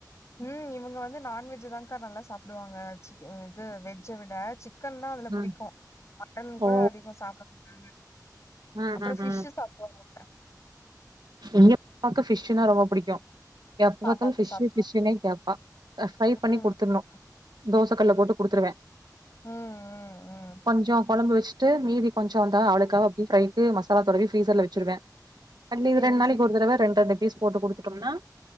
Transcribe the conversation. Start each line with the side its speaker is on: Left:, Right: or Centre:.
Left: ம் இவங்க வந்து நான்வெஜ் தான்கா நல்லா சாப்பிடுவாங்க சிக் இது வெஜ்ஜ விட சிக் க்கன் தா அதுல
Right: ம்.
Left: பிடிக்கு மட்டன்
Right: ஓ!
Left: கூட அதிகோ சாப்பிட மாட்டங்க
Right: ம்,
Left: அப்புறோ
Right: ம்,
Left: ஃபிஷு
Right: ம்.
Left: சாப்புடுவாங்க
Right: எங்க பாப்பாக்கு ஃபிஷ்ஷுன்னா ரொம்ப பிடிக்கு எப்ப
Left: பாப்பாக்கும்
Right: பாத்தாலு ஃபிஷு
Left: சாப்பிடுவா.
Right: ஃபிஷுனே கேப்பா ஃப்ரை பண்ணி
Left: ம்.
Right: குடுத்துர்ணு
Left: ம்.
Right: தோசை கல்ல போட்டு குடுத்துருவே
Left: ம். ம். ம்.
Right: கொஞ்சோ குழம்பு வச்சு ட்டு மீதி கொஞ்சோ வந்த
Left: ம்.
Right: அவளுக்கா அப்டி ரைட்டு மசாலா தடவி ஃப்ரீசர்ல வெச்சிருவே ட்லி இது
Left: சரி,
Right: ரெண்ட் நாளைக்
Left: சரி.
Right: ஒரு தடவ ரெண்ட் ரெண்ட் பீஸ் போட்டு குடுத்துட்டம்னா